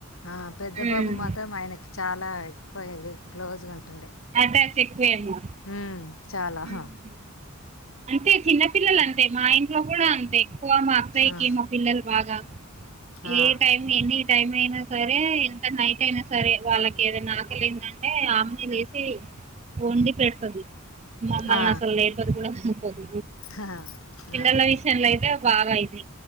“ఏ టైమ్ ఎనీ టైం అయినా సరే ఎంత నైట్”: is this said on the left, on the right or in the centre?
Right